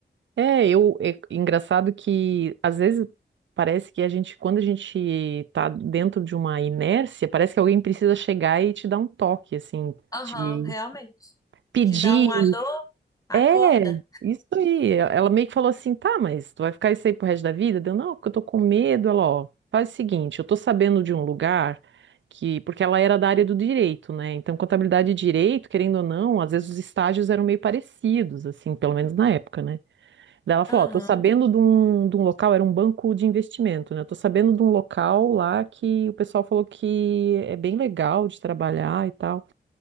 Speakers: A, on the right; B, on the left.
A: É, eu, é engraçado que às vezes parece que a gente, quando a gente tá dentro de uma inércia, parece que alguém precisa chegar e te dar um toque, assim,
B: Aham,
A: te
B: realmente.
A: pedir.
B: Te dá um alô, acorda.
A: É, isso aí. Ela meio que falou assim, tá, mas tu vai ficar isso aí pro resto da vida? Deu, não, porque eu tô com medo. Ela, ó, faz o seguinte, eu tô sabendo de um lugar que, porque ela era da área do direito, né? Então, contabilidade e direito, querendo ou não, às vezes os estágios eram meio parecidos, assim, pelo menos na época, né? Daí ela falou,
B: Aham.
A: ó, tô sabendo de um, de um local, era um banco de investimento, né? Eu tô sabendo de um local lá que o pessoal falou que é bem legal de trabalhar e tal.